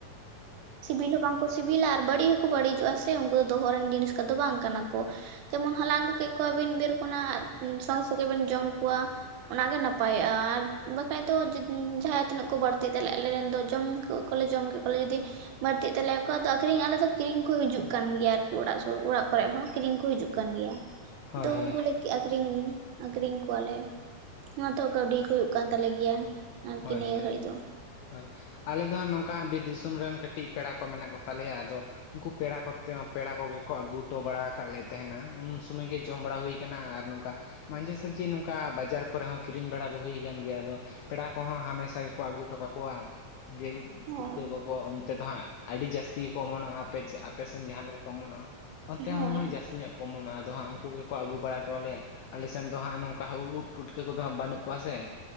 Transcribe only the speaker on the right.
ᱥᱤᱵᱤᱞ ᱦᱚᱸ ᱵᱟᱝᱠᱚ ᱥᱤᱵᱤᱞᱟ ᱟᱨ ᱵᱟᱹᱲᱤᱡ ᱦᱚᱸᱠᱚ ᱵᱟᱹᱲᱤᱡᱚᱜᱼᱟ ᱥᱮ ᱩᱱᱠᱩ ᱫᱚᱦᱚ ᱨᱮᱱ ᱡᱤᱱᱤᱥ ᱠᱚᱫᱚ ᱵᱟᱝ ᱠᱟᱱᱟ ᱠᱚ᱾ ᱡᱮᱢᱚᱱ ᱦᱚᱞᱟᱝ ᱟᱹᱜᱩ ᱠᱮᱫ ᱠᱚᱣᱟᱵᱤᱱ ᱵᱤᱨ ᱠᱷᱚᱱᱟᱜ ᱥᱚᱝ ᱥᱚᱸᱜᱮ ᱵᱤᱱ ᱡᱚᱢ ᱠᱚᱣᱟ᱾ ᱚᱱᱟᱜ ᱜᱮ ᱱᱟᱯᱟᱭᱚᱜᱼᱟ ᱟᱨ ᱵᱟᱠᱷᱟᱡ ᱫᱚ ᱡᱟᱦᱟᱸ ᱛᱤᱱᱟᱹᱜ ᱠᱚ ᱵᱟᱹᱲᱛᱤᱜ ᱛᱟᱞᱮ ᱟᱞᱮᱨᱮᱱ ᱫᱚ ᱡᱚᱢ ᱩᱫ ᱠᱚᱞᱮ ᱡᱚᱢ ᱠᱮᱫ ᱠᱚᱣᱟᱞᱮ ᱡᱩᱫᱤ ᱵᱟᱹᱲᱛᱤᱜ ᱛᱟᱞᱮᱭᱟᱠᱚ ᱟᱫᱚ ᱟᱹᱠᱷᱨᱤᱧ ᱟᱞᱮ ᱫᱚ ᱠᱤᱨᱤᱧ ᱠᱚ ᱦᱤᱡᱩᱜ ᱠᱟᱱ ᱜᱮᱭᱟ ᱟᱨᱠᱤ ᱚᱲᱟᱜ ᱥᱩᱨ ᱚᱲᱟᱜ ᱠᱚᱨᱮᱜ ᱦᱚᱸ ᱠᱤᱨᱤᱧ ᱠᱚ ᱦᱤᱡᱩᱜ ᱠᱟᱱ ᱜᱮᱭᱟ᱾
ᱫᱩ
ᱩᱱᱠᱩ ᱞᱮ ᱠᱮᱜ ᱟᱠᱷᱨᱤᱧ ᱟᱠᱷᱨᱤᱧ ᱠᱚᱣᱟᱞᱮ ᱚᱱᱟ ᱛᱮᱦᱚᱸ ᱠᱟᱹᱣᱰᱤ ᱠᱚ ᱦᱩᱭᱩᱜ ᱠᱟᱱ ᱛᱟᱞᱮ ᱜᱮᱭᱟ ᱟᱨᱠᱤ
ᱱᱤᱭᱟᱹ
ᱜᱷᱟᱹᱲᱤᱡ ᱫᱚ
ᱦᱳᱭ
ᱦᱳᱭ